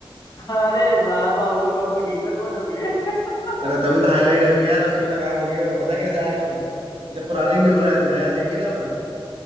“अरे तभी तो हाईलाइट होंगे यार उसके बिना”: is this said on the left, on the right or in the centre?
Right